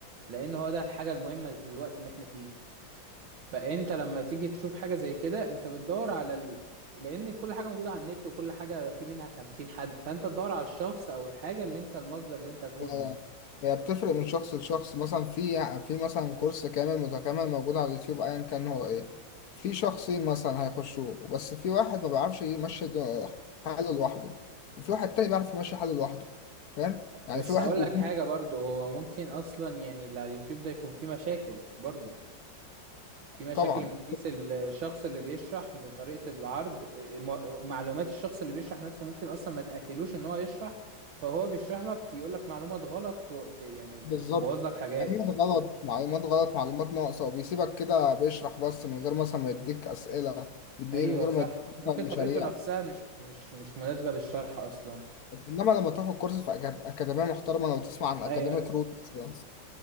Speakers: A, on the right; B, on the left.
A: لان هو ده الحاجة المهمة في الوقت اللي احنا فيه فانت لما تيجي تشوف حاجة زي كده انت بتدور على ال... لان كل حاجة موجودة على النت وكل حاجة في منها خمسين حد فانت تدور على الشخص او الحاجة اللي انت المصدر اللي انت هتاخد
B: آه،
A: منه
B: هي بتفرق من شخص لشخص مثلا في في مثلا كورس كامل متكامل موجود على اليوتيوب ايا كان هو ايه في شخصين مثلا هيخشوه بس في واحد ما بيعرفش يمشي دو- حاله لوحده وفي واحد تاني بيعرف يمشي حاله لوحده فاهم يعني
A: بس
B: في واحد
A: هقول
B: بيكون
A: لك حاجة برضو هو ممكن اصلا يعني اللي على اليوتيوب ده يكون فيه مشاكل برضو في مشاكل
B: طبعا
A: من حيث الشخص اللي بيشرح بطريقة العرض م- معلومات الشخص اللي بيشرح نفسه ممكن أصلا ما تأهلوش إن هو يشرح فهو بيشرح لك يقول لك معلومات غلط و- ت- يعني ت-
B: بالظبط
A: تبوظ لك حاجات
B: معلومات غلط معلومات غلط معلومات ناقصة وبيسيبك كده بيشرح بس من غير مثلا ما يديك أسئلة بيديك
A: أيوة
B: من غير
A: صح
B: ما يديك
A: ممكن
B: مثلاً
A: طريقته
B: مشاريع
A: نفسها مش مش مش مناسبة للشرح أصلا
B: انما لما تاخد كورس في أكاد- اكاديميه محترمه لو تسمع عن اكاديميه
A: أيوة
B: روت مثلا